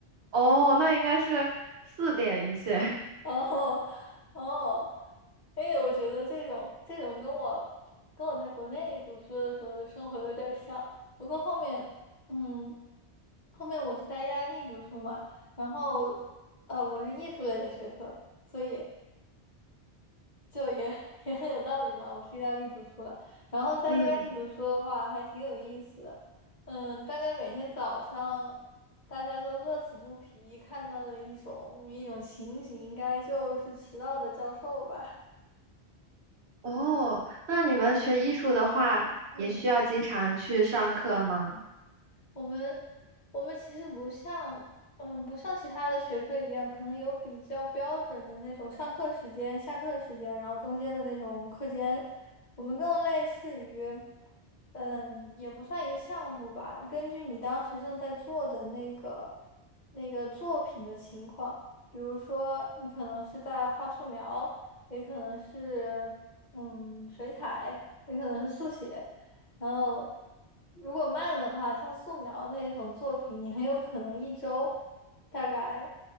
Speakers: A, on the right; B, on the left.
A: 哦，那应该是四点一线。<laughs>
B: 哦哦，哎，我觉得这种这种跟我跟我在国内读书的时候的生活有点像，不过后面嗯。后面我是在意大利读书嘛，然后呃，我是艺术类的学科，所以就也 <laughs> 也很有道理嘛。我去意大利读书了，然后在意大利读书的话还挺有意思的。
A: 嗯，
B: 嗯，大概每天早上大家都乐此不疲看到的一种一种情景，应该就是迟到的教授吧。
A: 哦，那你们学艺术的话，
B: <laughs> 嗯，
A: 也需要经常去上课吗？
B: 我们我们其实不像。嗯，不像其他的学科一样，可能有比较标准的那种上课时间、下课时间，然后中间的那种课间，我们更类似于。嗯，也不算一个项目吧。根据你当时正在做的那个那个作品的情况，比如说你可能是在画素描，也可能是嗯水彩，也可能是速写。然后如果慢的话，像素描那种作品，你很有可能一周大概